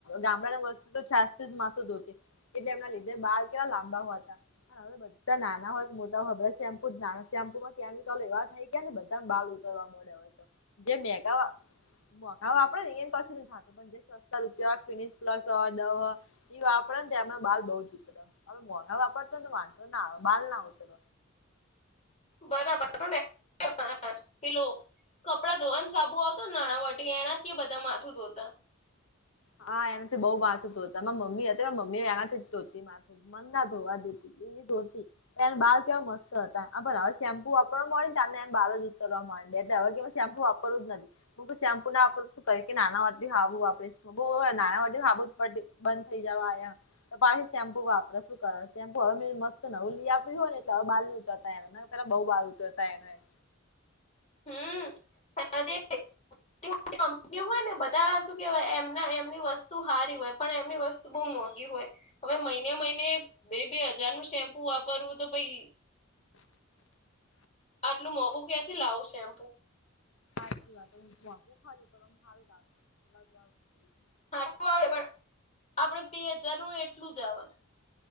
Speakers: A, on the left; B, on the left.
A: ગામડાને વસ્તી તો છાસ થી જ માથું ધોતી. એટલે એમના લીધે બાર કેવા લાંબા હોવા હતા હવે બધા અતયારે નાના હોય મોટા હોય બધા શેમ્પુ જ નાવે શેમ્પુ મા કેમિકલો એવા થઇ ગયા ને બધાને બાલ ઉતરવા મળે હવે. જે મેગા મોંઘા વાપરે ને એને કસુ નથી થાતું. પણ જે કન ફિન પ્લસ, ડવ ઈ વાપરે ને તેમાં બાલ બઉ જ ઉતરે. હવે મન વાપરતો તો વાંધો ના બાલના ઊતર.
B: બરાબર <unintelligible> પેલો કપડાં ધોવાનું સાબુ આવતોન નાણાવટી એનાથી બધા માથું ધોતા.
A: હા એનાથી બહુ માથું ધોતા માર મમ્મી હતી મમ્મી એનાથી જ ધોતી માથું. માથા ધોવા દેતી એ ધોતી. એન બાલ કેવા મસ્ત હતા પણ હવે શેમ્પુ આપણવા મળેની આપને એને બાર જ ઉતરવા માંડે એટલે હવે કે શેમ્પુ વાપરું જ નથી હું શેમ્પુના વાપરું શું કરે કે નાનાવાતી હાબુ વાપરીશ. હોવ નાનાવટી સાબુ પડ બંધ થઈ જવા આયા. તો પાછી શેમ્પુ વાપરે શું કરે શેમ્પુ હવે મેં મસ્ત નવું લઈ આપ્યું હોય ને એટલે હવે બાલ નહીં ઉતારતા પેલા બોવ બાલ ઊતરતા એના.
B: <unintelligible> એવું હોય ને બધા શું કેવાય એમના એમની વસ્તુ હારી હોય પણ એમની વસ્તુ બહુ મોંઘી હોય. હવે મહિને મહિને બે બે હજારનું શેમ્પુ વાપરવું તો ભાઈ આટલું મોંઘું ક્યાંથી લાવું શેમ્પુ.
A: <unintelligible>
B: સારું આવે પણ આપડે બે હજાર નું એટલું જ આવે.